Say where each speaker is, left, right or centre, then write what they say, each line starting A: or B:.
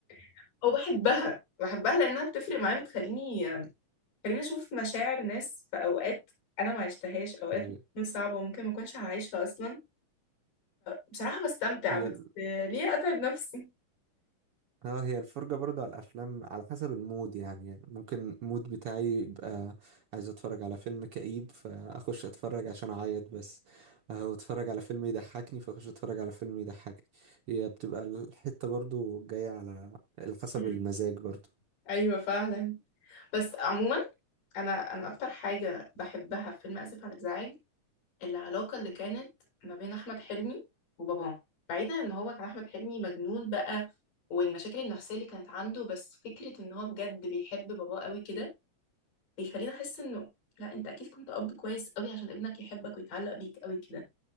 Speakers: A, on the left (about 80°); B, on the right (about 65°).
A: <laughs> او بحبها بحبها لانها بتفرق معايا بتخليني بتخليني اشوف مشاعر ناس في اوقات انا ما عشتهاش اوقات
B: هي
A: ممكن صعبة وممكن ما اكونش هعيشها اصلا بصراحة بستمتع
B: هي
A: بس
B: ال...
A: ليه أتعب نفسي
B: اه هي الفرجه برضه على الافلام على حسب المود يعني, يعني ممكن المود بتاعي يبقى عايز اتفرج على فيلم كئيب فاخش اتفرج عشان اعيط بس اهو اتفرج على فيلم يضحكني فاخش اتفرج على فيلم يضحكني هي بتبقى الحته برضه جايه على على حسب
A: مم.
B: المزاج برضه
A: أيوة فعلا بس عموما أنا أنا أكتر حاجة بحبها في فيلم آسف على الإزعاج العلاقة اللي كانت ما بين أحمد حلمي وباباه بعيدا إن هو كان أحمد حلمي مجنون بقى والمشاكل النفسية اللي كانت عنده بس فكرة إن هو بجد بيحب باباه قوي كده بيخليني أحس إنه لا أنت أكيد كنت أب كويس قوي عشان ابنك يحبك ويتعلق بيك قوي كده